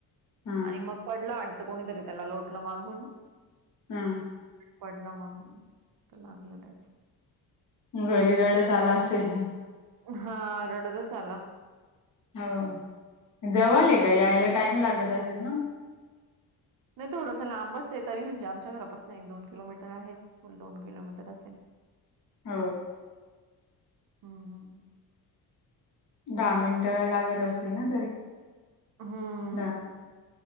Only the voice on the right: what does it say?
आणि मग पडला वाटत, कोणीतरी त्याला लोटलं मागून.
पडला मग, लागलं त्याच्या
हा. रडतच आला.
हां.
नाही थोडंसं लांबच आहे, तरी म्हणजे आमच्या घरापासून एक दोन किलोमीटर आहे. स्कूल दोन किलोमीटर असेल.
ह ह.
हं